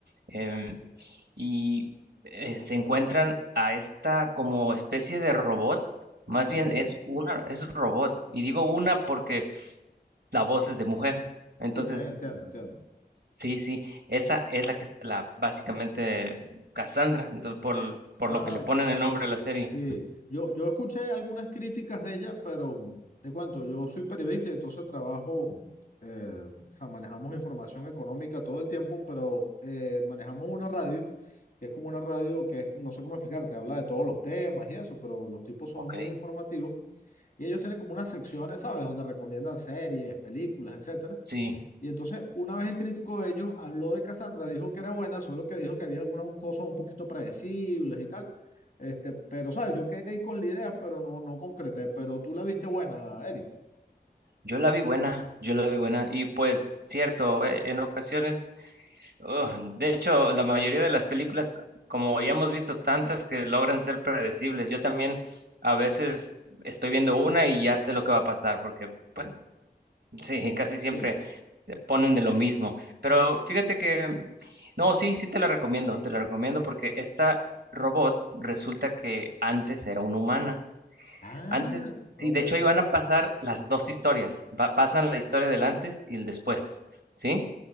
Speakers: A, on the right (about 75°); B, on the left (about 55°).
A: em, y eh, se encuentran a esta como especie de robot, más
B: ok,
A: bien es una, es robot, y digo una porque la voz es de mujer, entonces
B: ok, entiendo, entiendo.
A: Sí, sí, esa es la que es la básicamente Cassandra, do- por, por
B: ah
A: lo que le ponen el nombre a la serie.
B: Sí, yo, yo escuché algunas críticas de ella, pero mm, te cuento, yo soy periodista y entonces trabajo, mm, eh, o sea, manejamos información económica todo el tiempo, pero eh, manejamos una radio, que es como una radio que es, no sé cómo explicarte, habla de todos los temas y eso, pero los tipos son
A: Ok.
B: muy informativos y ellos tienen como unas secciones, ¿sabes?, donde recomiendan series, películas, etcétera
A: Sí,
B: y entonces, una vez el crítico de ellos habló de Cassandra, dijo que era buena, solo que dijo que había algunas cosas un poquito predecibles y tal. Este, pero, ¿sabes? Yo quedé ahí con la idea, pero no, no concreté. Pero tú la viste buena, Eric.
A: yo la vi buena, yo la vi buena y pues cierto, e- en ocasiones, ugh, de hecho, la mayoría de las películas, como ya hemos visto tantas que logran ser predecibles, yo también a veces estoy viendo una y ya sé lo que va a pasar porque pues
B: Sí.
A: Sí, casi siempre
B: Sí.
A: se ponen de lo mismo. Pero fíjate que, no, sí, sí te la recomiendo, te la recomiendo porque esta robot resulta que antes era una humana.
B: Ah,
A: Antes,
B: está
A: sí,
B: bueno.
A: de hecho ahí van a pasar las dos historias. Va- pasan la historia del antes y el después, ¿sí?